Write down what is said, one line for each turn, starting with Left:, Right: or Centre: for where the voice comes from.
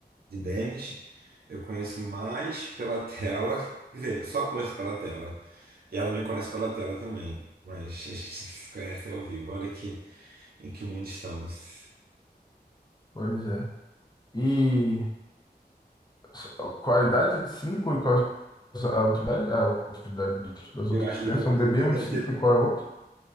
Right: de Denis. Eu conheço mais pela <laughs> tela. Quer dizer, eu só conheço pela tela. E ela me conhece pela tela também. Mas a gente <laughs> se conhece ao vivo. Olha que, em que mundo estamos.
Left: Pois é. E s- qual a idade? Cinco e qual a outra idade, a outra idade dos- das
Right: Eu
Left: outras
Right: acho
Left: crianças?
Right: que eu tô-
Left: É um bebê,
Right: eu
Left: um
Right: deve
Left: de cinco
Right: ter.
Left: e qual é o outro?